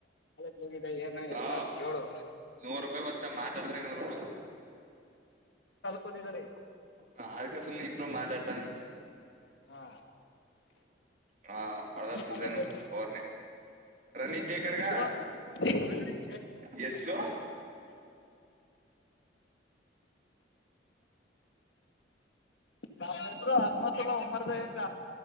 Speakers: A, on the left; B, on the right.
A: ಗೊತ್ತಾ ಏನ
B: ಹಾ
A: ಎತ್ತ ಅಂತ ಕೇಳು
B: ನೂರ್ ರೂಪಾಯಿ ಗೊತ್ತಾ ಮಾತಾಡಿದ್ರೆ ನೂರ್ ರೂಪಾಯಿ
A: ಕೂತಿದಾರಿ
B: ಹ ಅದಿಕ್ಕೇ ಸುಮ್ನೆ ಇಬ್ರು ಮಾತಾಡ್ತಾವಿ
A: ಹಾ
B: ಹಾ ಹೊಡೆದ ಸೃಜನ್
A: ಮಾತಾಡ್ಬೇಕು
B: ಪೋರ್ನ ರನ್ನ ಇದ್ದ ಈ ಕಡೆಗ
A: ಹೆಸರು <unintelligible>
B: ಹೆಸರು
A: ನನ್ನ ಹೆಸರು ಆತ್ಮ ಲ್ಲ ಹೊಮ್ಮರ್ದವಿ ಅಂತ